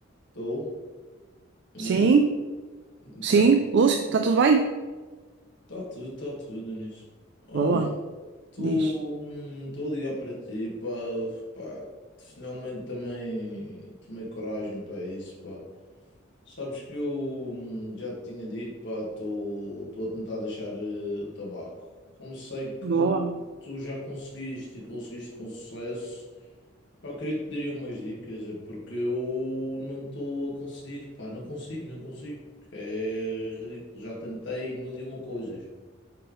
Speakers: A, on the left; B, on the right.
A: Estou, nisso.
B: Sim,
A: Então,
B: sim. Lúcio, está tudo bem?
A: está tudo, está tudo nisso. Olha,
B: Boa,
A: estou
B: diz.
A: a ligar para ti, pá, pá, finalmente também tomei coragem para isso, pá. Sabes que eu hum, já te tinha dito, pá, estou a tentar deixar eh, o tabaco. Como sei que
B: Boa.
A: tu já conseguiste e conseguiste com sucesso, Pá, queria te daria umas dicas, é porque eu não estou a conseguir, pá, não consigo, não consigo. É ridículo, já tentei mil e uma coisas.